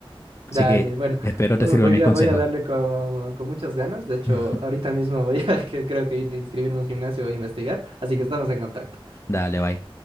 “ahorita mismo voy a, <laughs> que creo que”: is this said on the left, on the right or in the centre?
Right